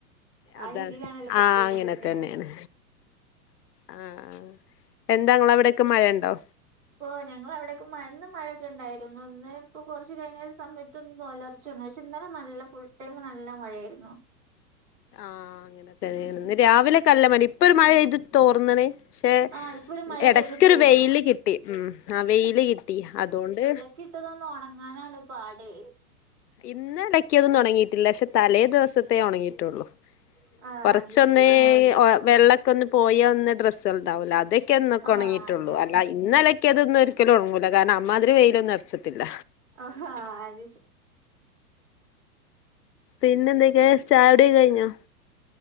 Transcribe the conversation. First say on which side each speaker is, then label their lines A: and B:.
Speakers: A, on the right; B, on the left.
A: ആ
B: അതാണ്
A: രീതിയിലാണല്ലോ പ്പൊ
B: ആഹ്
A: പോയികൊണ്ടിരിക്കണ.
B: അങ്ങനെ തന്നെയാണ് ആഹ് എന്താങ്ങള അവിടെക്കെ മഴ ഉണ്ടോ?
A: ഓഹ് ഞങ്ങൾ അവിടെയൊക്കെ മഴ ന്ന് മഴയൊക്കെ ഉണ്ടായിരുന്നു ഒന്ന് ഇപ്പൊ കുറച്ച് കഴിഞ്ഞൽ സമയത്തൊന്നും ഒലർ ർച്ച ക്ഷേ ന്നലെ നല്ല ഫുൾ ടൈമ് നല്ല മഴയായിരുന്നു.
B: ആഹ് അങ്ങനൊക്ക
A: ഉം
B: രാവിലെ കല്ല മഴ ഇപ്പൊ ഒരു മഴയെയ്തു തോർന്നണ്. പക്ഷെ
A: ആഹ് ഇപ്പൊ ഒരു മഴ
B: ഇടക്കൊരു
A: പെയ്തു തോർന്നു
B: വെയില് കിട്ടി ഉം ആ വെയില് കിട്ടി അതുകൊണ്ട്
A: കിട്ടതൊന്ന് ഉണങ്ങാനാണ് പാട്.
B: ഇന്ന ഇട <unintelligible> ന്നും ഉണങ്ങിയിട്ടില്ല പക്ഷെ തലേ ദിവസത്തേ ഉണങ്ങിട്ടുള്ളു.
A: ആഹ്.
B: കുറച്ചൊന്ന്
A: അത് ശരി
B: വെള്ളമൊക്കെ ഒന്ന് പോയാൽ ഒന്ന ഡ്രസ്സൾ ണ്ടാവല്ലോ അതൊക്കെ ഒക്ക
A: ആഹ്
B: ഉണങ്ങിട്ട്ണ്ട്.
A: അതെ
B: ള്ളൂ അല്ല
A: അതെ
B: ഇന്നലക്യാതൊന്നും ഒരിക്കലും ഉണങ്ങൂല കാരണം അമാതിരി വെയിലൊന്നും അറച്ചിട്ടില്ല.
A: ആഹാ അത
B: പിന്നെ എന്തൊക്കെയാ ചായൊടി ക്കെ കഴിഞ്ഞോ?